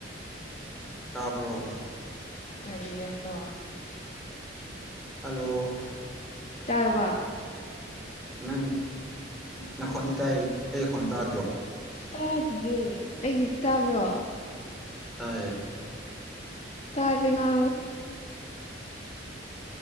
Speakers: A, in the centre; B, on the left.
A: ꯇꯥꯕ꯭ꯔꯣ
B: ꯀꯔꯤꯗ ꯀꯥꯎ
A: ꯍꯜꯂꯣ
B: ꯇꯔꯕ
A: ꯅꯪ ꯅꯪꯈꯣꯟꯗꯤ ꯇꯥꯏ ꯑꯩꯈꯣꯟ ꯇꯥꯗ꯭ꯔꯣ
B: ꯇꯥꯗꯤꯌꯦ ꯑꯩꯒꯤꯗꯤ ꯇꯥꯕ꯭ꯔꯣ
A: ꯇꯥꯏꯌꯦ
B: ꯇꯥꯔ ꯑ